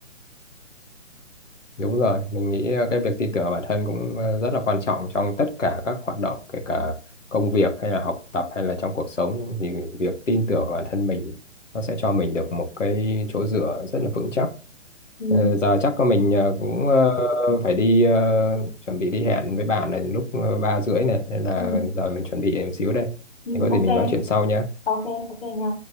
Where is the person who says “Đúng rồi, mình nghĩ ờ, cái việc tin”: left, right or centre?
Left